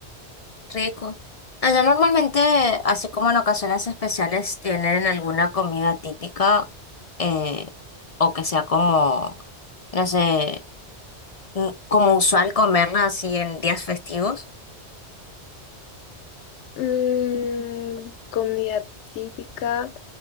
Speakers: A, on the left; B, on the left.
A: rico. Allá normalmente, así como en ocasiones especiales, tienen alguna comida típica eh, o que sea como, no sé, mm, como usual comerla así en días festivos.
B: Mm, comida típica,